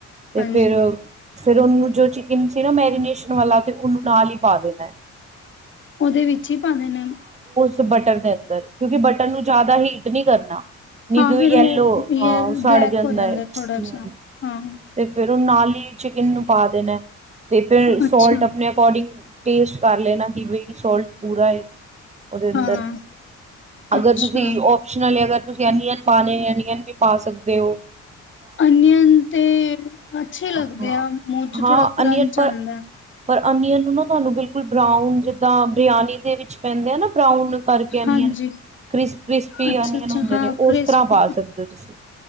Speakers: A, on the right (about 20°); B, on the left (about 40°).
A: ਤੇ
B: ਹਾਂਜੀ
A: ਫੇਰ ਫੇਰ ਉਹਨੂੰ ਜੋ ਚ ਜ਼ ਸੀ ਨਾ ਮੈਰੀਨੇਸ਼ਨ ਵਾਲਾ ਤੇ ਉਹਨੂੰ ਨਾਲ ਹੀ ਪਾ ਦੇਣਾ ਹੈ।
B: ਉਹਦੇ ਵਿੱਚ ਹੀ ਪਾ ਦੇਣਾ?
A: ਤੇ ਬਟਰ ਦਨ। ਕਿਉਂਕਿ ਬਟਨ ਨੂੰ ਜ਼ਿਆਦਾ ਹੀਟ ਨਹੀਂ ਕਰਦਾ। ਨਾ। ਨਿਦੂ
B: ਹਾਂ ਫਿਰ
A: ਯੈਲੋ
B: ਉਹ ਯ
A: ਹਾਂ ਉਹ ਸੜ
B: ਬਲੈਕ
A: ਜਾਂਦਾ
B: ਹੋ
A: ਹੈ
B: ਥੋੜਾ
A: ਹਮ
B: ਸਾ ਹਾਂ
A: ਤੇ ਫੇਰ ਉਹ ਨਾਲ। ਫੇਰ ਚਿਕਨ ਨੂੰ ਪਾ ਦੇਣਾ। ਤੇ ਫੇਰ
B: ਅੱਛਾ
A: ਸੋਲਟ ਆਪਣੇ ਅਕੋਰਡਿੰਗ। ਟੇਸਟ ਕਰ ਲੈਣਾ ਕਿ ਵੀ ਸੋਲਟ ਪੂਰਾ ਹੈ। ਉਹਦੇ ਅੰਦਰ
B: ਹਾਂ
A: ਅਗਰ
B: ਅੱਛਾ
A: ਤੁਸੀਂ ਓਪਸ਼ਨਲ ਅਗਰ। ਤੁਸੀਂ ਅਨੀਅਨ ਪਾਣੇ ਅਨੀਅਨ ਵੀ ਪਾ ਸਕਦੇ ਹੋ।
B: ਅਨੀਅਨ ਤੇ ਅੱਛੇ ਲੱਗਦੇ
A: ਹਾਂ,
B: ਆ ਮੂੰਹ ਚ
A: ਹਾਂ
B: ਥੋੜਾ। ਕਰੰਚ
A: ਅਨੀਅਨ ਪਰ
B: ਅੰਦਾ।
A: ਪਰ ਅਨੀਅਨ ਨੂੰ ਨਾ ਤੁਹਾਨੂੰ ਬਿਲਕੁਲ ਬਰਾਊਨ ਜਿੱਦਾਂ ਬਰਿਆਨੀ ਦੇ ਵਿੱਚ ਪੈਂਦੇ ਆ ਨਾ ਬਰਾਊਨ। ਕਰਕੇ ਅਨਿਅਨ
B: ਹਾਂਜੀ।
A: ਕ੍ਰਿਸਪੀ
B: ਅੱਛਾ-ਅੱਛਾ
A: ਅਨਿਅਨ ਹੁੰਦੇ
B: ਹਾਂ
A: ਨੇ
B: ਕ੍ਰਿਸਪ
A: ਉਸ ਤਰ੍ਹਾਂ ਪਾ ਸਕਦੇ ਹੋ ਤੁਸੀਂ